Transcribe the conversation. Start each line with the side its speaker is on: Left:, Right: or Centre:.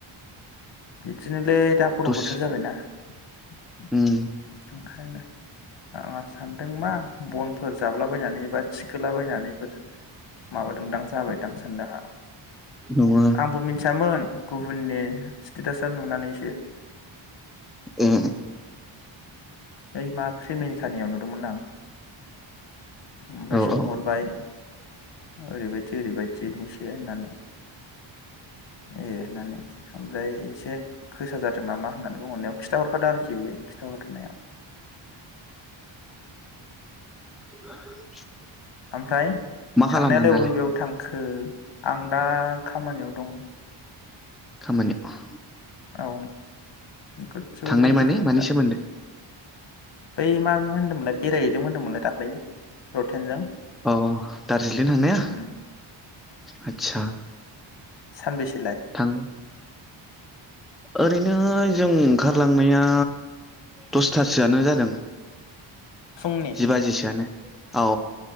Left: बिदिनोलै दा गरम
Centre: दसे
Left: बोथोर जाबायना <unintelligible>
Centre: उम
Left: सानदों मा बनफोर जाबलाबायनानै एबा थिखोलाबायनानैफोर माबादोंदां जाबायदां साननो आहा
Centre: नङा
Left: आंबो मिथियामोन गुबुननि स्टेटासाव नुनानैसो
Centre: ए
Left: ओइ मा फ्रेमेनितानियाव नुदोंमोन ना आं ओमफ्राय
Centre: औ
Left: सोंहरबाय
Centre: औ
Left: ओरैबायदि ओरैबायदिनिसो होननानै ए होननानै स ओमफ्राय एसे गोसा जादों नामा होननानै बुंहरनायाव खिथाहरखादो आरोखि खिथाहरनाया
Centre: <unintelligible>
Left: ओमफ्राय
Centre: मा खालामदों
Left: थांनायालाय
Centre: दालाय
Left: अबे अबेयाव थां खो आं दा खामानियाव दङ'
Centre: खामानियाव
Left: औ गोदजौआव
Centre: थांनाय
Left: दंफैयो
Centre: माने
Left: आं
Centre: मानि
Left: दा
Centre: सोमोन्दै
Left: बै मा मोन्दोंमोनलाय बेरायहैदों मोन्दोंमोनलाय दाख्लै रथेनजों
Centre: अ दार्जिलिं थांनाया
Left: उम
Centre: आतसा
Left: सानबैसे
Centre: थां ओरैनो जों ओंखारलांनाया दसथासोआनो जादों
Left: फुंनि
Centre: जिबाजि सोयानो औ